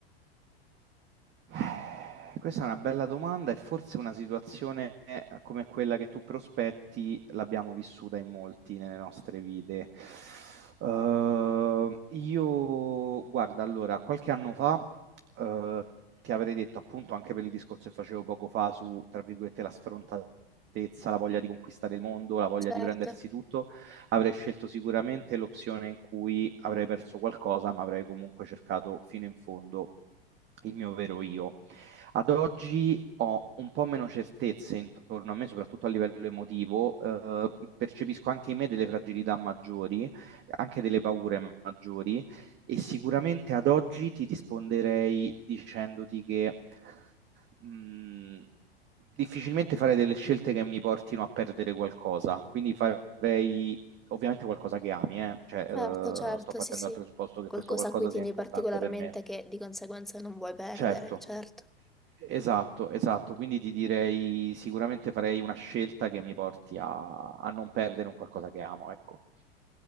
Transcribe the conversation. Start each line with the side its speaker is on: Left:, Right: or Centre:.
Right: Eh, Questa è una bella domanda e forse una situazione eh, come quella che tu prospetti l'abbiamo vissuta in molti nelle nostre vite. Eh, io, guarda, allora, qualche anno fa, eh, ti avrei detto appunto anche per il discorso che facevo poco fa su, tra virgolette, la sfrontatezza, la voglia di conquistare il mondo, la voglia
Centre: Certo.
Right: di prendersi tutto, avrei scelto sicuramente l'opzione in cui avrei perso qualcosa, ma avrei comunque cercato fino in fondo il mio vero io. Ad oggi ho un po' meno certezze intorno a me, soprattutto a livello emotivo, eh, percepisco anche in me delle fragilità maggiori, anche delle paure maggiori e sicuramente ad oggi ti risponderei dicendoti che mh, difficilmente farei delle scelte che mi portino a perdere qualcosa, quindi farei ovviamente qualcosa che ami, eh. Cioè, eh,
Centre: Certo, certo,
Right: sto partendo
Centre: sì, sì.
Right: dal presupposto che
Centre: Qualcosa
Right: questo qualcosa
Centre: a cui tieni
Right: sia importante
Centre: particolarmente
Right: per me.
Centre: che di conseguenza non vuoi perdere,
Right: Certo,
Centre: certo.
Right: Esatto, esatto, quindi ti direi sicuramente farei una scelta che mi porti a, a non perdere un qualcosa che amo, ecco.